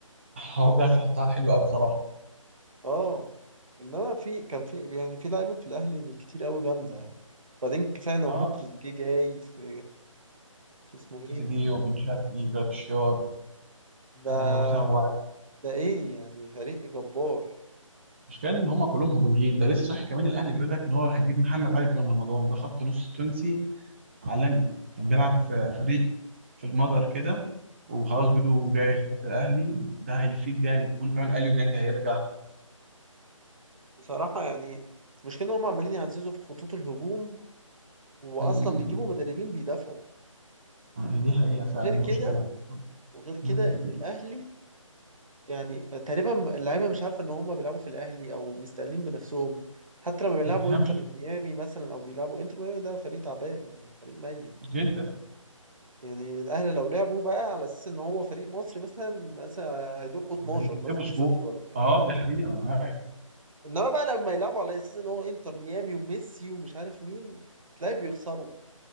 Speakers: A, on the right (about 20°); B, on the right (about 75°).
A: هو بيعرف يحطها حلوة أوي بصراحة
B: اه انما في كان في يعني في لعيبه في الاهلي كتير قوي جامده يعني وبعدين كفايه ان محمود
A: اه
B: تريزيجيه جاي في في اسمه ايه
A: تريزيجيه وبن شرقي جراديشار
B: ده
A: آه وسام أبو علي
B: ده ايه يعني فريق جبار
A: المشكلة إن هما كلهم هجوميين ده لسه صحيح كمان الأهلي بيقول لك إن هو هيجيب محمد علي بن رمضان ده خط نص تونسي عالمي كان بيلعب في فريق في المجر كده وخلاص
B: آه.
A: بيقولوا جاي خلاص الأهلي ده هيفيد جامد بيقولوا كمان أليو ديانج هيرجع
B: بصراحه يعني المشكله ان هم عمالين يعززوا في خطوط الهجوم واصلا
A: مم.
B: بيجيبوا مدربين بيدافعوا
A: آه، دي حقيقة فعلا
B: وغير
A: دي
B: كده
A: مشكلة
B: وغير كده
A: مم.
B: ان الاهلي يعني تقريبا اللعيبه مش عارفه ان هم بيلعبوا في الاهلي او مستقلين بنفسهم حتى لما بيلعبوا
A: ما تفهمش
B: انتر ميامي مثلا او بيلعبوا انتر ميامي ده فريق تعبان يعني فريق ميت
A: جدا
B: يعني الاهلي لو لعبوا بقى على اساس ان هو فريق مصري مثلا مثلا هيدقوا 12
A: يغلبوا
B: مثلا
A: سكور
B: صفر ولا حاجه
A: اه دي حقيقة أنا معاك
B: انما بقى لما يلعبوا على اساس ان هو انتر ميامي وميسي ومش عارف مين تلاقي بيخسروا